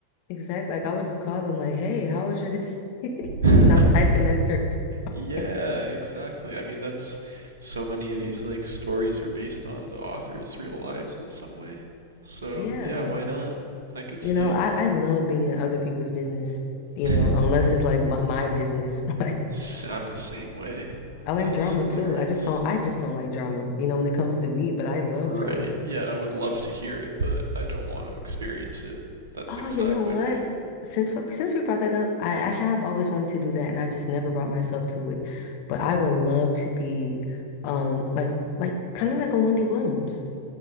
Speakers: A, on the left; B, on the right.
A: Exactly. Like I would just call them like, "Hey, how was your day?" <laughs>
B: <laughs>
A: And I'm typing as they're <laughs> talking.
B: yeah, exactly. I mean, that's so many of these like stories are based on the author's real lives in some way. So
A: Yeah.
B: yeah, why not? I could
A: You
B: see
A: know,
B: it.
A: I, I love being in other people's business, you
B: <laughs>
A: know, unless it's like my, my business. <laughs> Like
B: i I'm the same way.
A: I like
B: That is
A: drama
B: hilarious.
A: too. I just don't I just don't like drama, you know, when it comes to me, but I love
B: Right.
A: drama.
B: Yeah, I would love to hear it, but I don't want to experience it. That's
A: Oh,
B: exactly
A: you know what?
B: right.
A: Since we- since we brought that up, I, I have always wanted to do that and I just never brought myself to it. But I would love to be um like like kind of like a Wendy Williams.